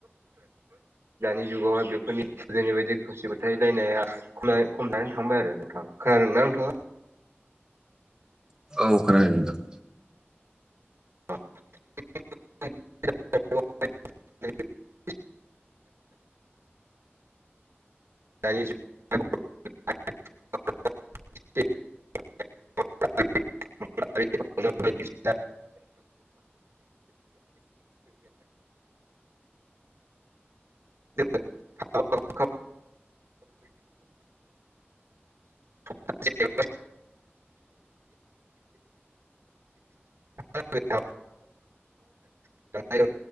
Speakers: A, on the right; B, on the right.
A: दानि जुगावहाय बेफोरनि गोदोनि बायदि खोमसि फोथायलायनाया ख खमनानै थांबाय आरो नोंथां खोनादों ना नोंथाङा?
B: औ खोनादं नोंथां।
A: <unintelligible> दानि जुगाव <unintelligible> <unintelligible> <unintelligible> <unintelligible> आ <unintelligible> <unintelligible>